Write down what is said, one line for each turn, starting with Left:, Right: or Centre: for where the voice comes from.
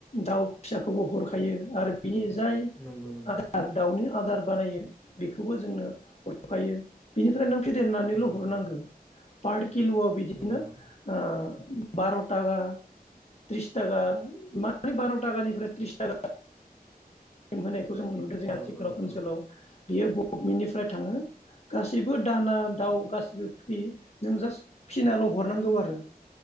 Left: दाउ फिसाखौबो हरखायो आरो बिनि जाय
Centre: नंगौ नंगौ
Left: आदार दाउनि आदार बानायो बेखौबो जोंनो हरखायो बिनिफ्राय नों फेदेरनानैल
Centre: औ
Left: हरनांगौ
Centre: औ
Left: <unintelligible> पार किल आ बिदिनो
Centre: नंगौ
Left: ओ बार तागार त्रिस थाखा बार थाखानिफ्राय त्रिस थाखा होनाय जों नुदों जे
Centre: औ
Left: आथिखालाव
Centre: औ
Left: ओनसोलाव
Centre: औ
Left: बियो गभ गभमेन्टनिफ्राय थाङो गासैबो दाना दाउ गासैबो फ्रि नों जास्ट फिनाल हरनांगौ आरो